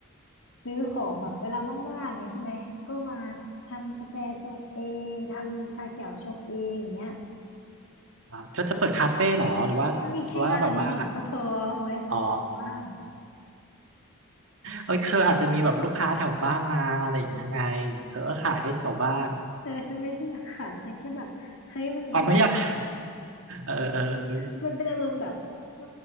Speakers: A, on the left; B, on the right.
A: ซื้อของแบบเวลาว่างๆอย่างเงี้ยใช่ไหมก็มาทำกาแฟชงเองทำชาเขียวชงเองอย่างเงี้ย
B: ๆอ่าเธอจะเปิดคาเฟ่เหรอหรือว่าหรือว่าแบบว่า
A: ไม่แค่งานอดิเรกก็พอเอาไว้ทำเวลาว่าง
B: อ๋อเอ้ยเธออาจจะมีแบบลูกค้าแถวบ้านมาอะไรอย่างเงี้ยไงเธอก็ขายให้แถวบ้าน
A: เออฉันไม่ได้อยากขายฉันแค่แบบเฮ้ยวันนี้แบบ
B: อ๋อไม่อยากขายเออเออเออ
A: <laughs> มันเป็นอารมณ์แบบเออ